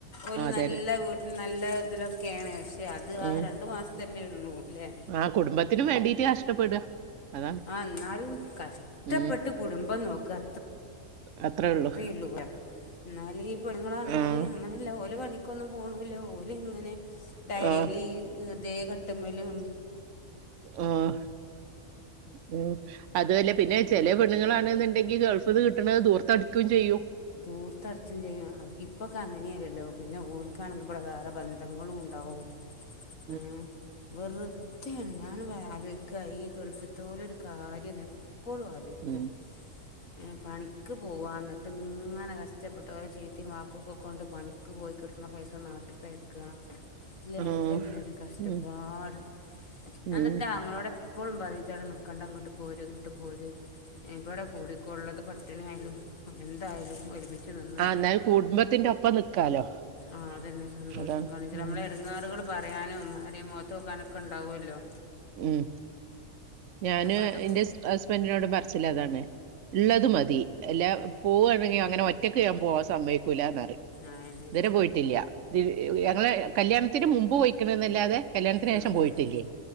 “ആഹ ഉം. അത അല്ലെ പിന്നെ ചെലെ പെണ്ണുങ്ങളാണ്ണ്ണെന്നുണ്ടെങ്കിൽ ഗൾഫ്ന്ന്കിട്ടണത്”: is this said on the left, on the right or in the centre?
Right